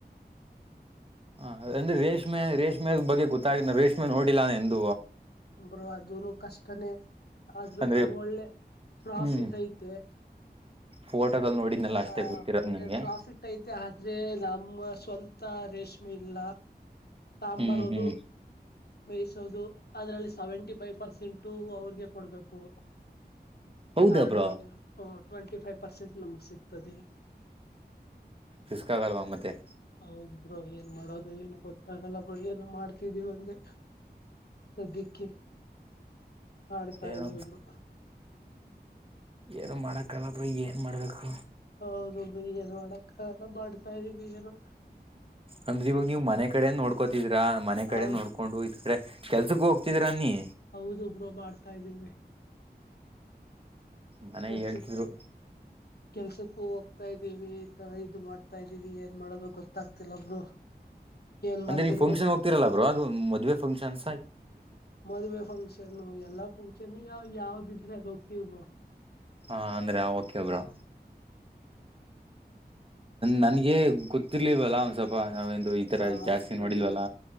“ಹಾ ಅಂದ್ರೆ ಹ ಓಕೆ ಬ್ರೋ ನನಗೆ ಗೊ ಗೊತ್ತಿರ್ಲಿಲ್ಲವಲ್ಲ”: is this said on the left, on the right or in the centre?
Right